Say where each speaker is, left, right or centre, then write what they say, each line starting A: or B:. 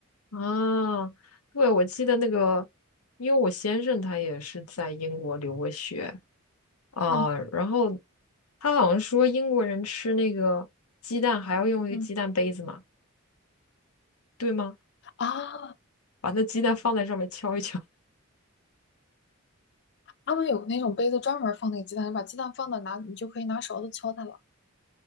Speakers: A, on the left; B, on the left.
A: 啊，对，我记得那个，因为我先生他也是在英国留过学啊，
B: 嗯
A: 然后他好像说英国人吃那个鸡蛋还要用一个鸡蛋杯子嘛，
B: 嗯
A: 对吗？
B: 啊，
A: 把那鸡蛋放在上面敲一敲，
B: 他们有那种杯子专门放那个鸡蛋，你把鸡蛋放到哪，你就可以拿勺子敲它了。